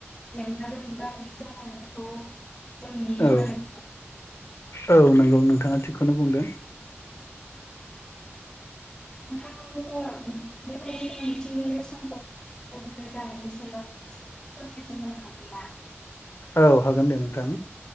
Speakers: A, on the left (about 15°); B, on the left (about 70°).
A: जेंना जों <unintelligible> जागोनखौ जों नुहुरो
B: औ
A: नो
B: औ नोंगौ नोंथाङा थिगखौनो बुंदों।
A: नोंथाङाबो बेबायदि मिथिंगायारि समखौ गुबुंले जानायनि सायाव एसे फोरमायथि होनो हागोन ना
B: औ हागोन दे नोंथां